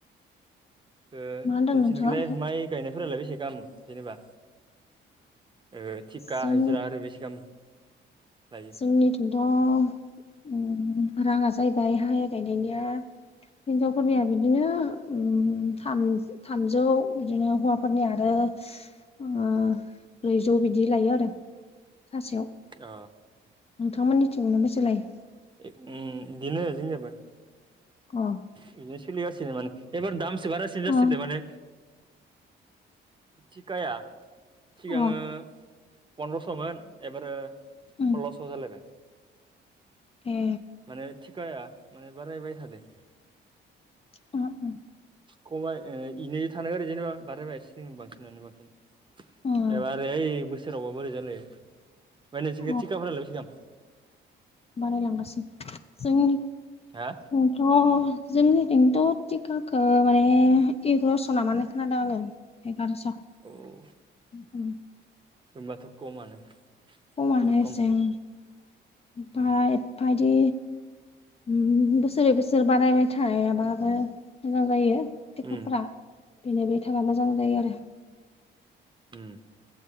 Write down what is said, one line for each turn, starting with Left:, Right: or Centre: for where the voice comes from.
Right: ओ
Left: मा होनदों
Right: नोंसोरनिखौलाय
Left: नोंथाङा ओमफ्राय
Right: माइ गायनायफोरालाय बेसे गाहाम जेनेबा ओ थिखा
Left: जों
Right: हायजिरा आरो बे सिगां लाय
Left: जोंनिथंथ' रांङा जाहैबाय हाय गायनायनिया हिनजावफोरनिया बिदिनो उम थाम थामजौ बिदिनो हौवा फोरनि आरो ओ ब्रैजौ बिदि लायो आरो सानसेयाव।
Right: अ
Left: नोंथांमोननिथिंनो बेसे लायो?
Right: एक उङ बिदिनो जोंनियाबो
Left: अ
Right: बिदिनो सोलि गसि माने एबार दामसो बारासिन जासोदो
Left: अ
Right: माने थिखाया सिगांङो
Left: अ
Right: पन्द्रस'मोन एबारो
Left: उम
Right: सल्ल'स' जालायबाय
Left: ए
Right: माने थिखाया माने बारायबाय थादो
Left: उम उम
Right: खबाय ए इनो थानागोन आरो जायनोबा बारायबायसो जों बांसिनानो बांसिन
Left: उम
Right: एबा आरो बै ओय बोसोरावबा बोरै जालाय ओमफाय नोंसोरखि
Left: अ
Right: थिखाफोरलाय बेसे दाम
Left: बारायलांगासिनो जोंनि
Right: हा
Left: आं थ' जोंनिथिंथ' थिकाखौ माने एग्रस' ना मा होनाय खोनादों आङो। एगारस
Right: औ
Left: उम
Right: होमबाथ' खमानो।
Left: खमानो
Right: जोबोद
Left: एसे
Right: खम
Left: उम। बा
Right: उम
Left: एबफा इदि उम बोसोरै बोसोर बानायबाय थायाबाबो मोजां जायो। थिखाफ्रा
Right: उम
Left: बेनो बे थाबा मोजां जायो आरो।
Right: उम